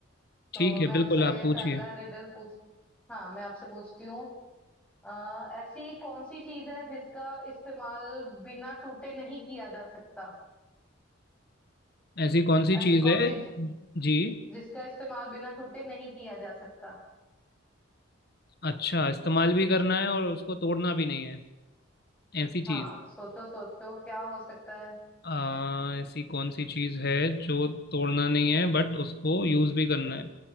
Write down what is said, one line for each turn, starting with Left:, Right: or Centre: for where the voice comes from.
Centre: तो
Left: ठीक है
Centre: मैं आपसे
Left: बिल्कुल आप पूछिए
Centre: पहला रिडल पूछ हाँ मैं आपसे पूछती हूँ अ, ऐसी कौन सी चीज है जिसका इस्तेमाल बिना टूटे नहीं किया जा सकता
Left: ऐसी कौन सी
Centre: ऐसी
Left: चीज़
Centre: कौन
Left: है
Centre: सी चीज-
Left: जी
Centre: जिसका इस्तेमाल बिना टूटे नहीं किया जा सकता
Left: अच्छा इस्तेमाल भी करना है और उसको तोड़ना भी नहीं है ऐसी
Centre: हाँ
Left: चीज़
Centre: सोचो सोचो क्या हो सकता है
Left: आ, ऐसी कौन सी चीज है जो तोड़ना नहीं है बट उसको यूज भी करना है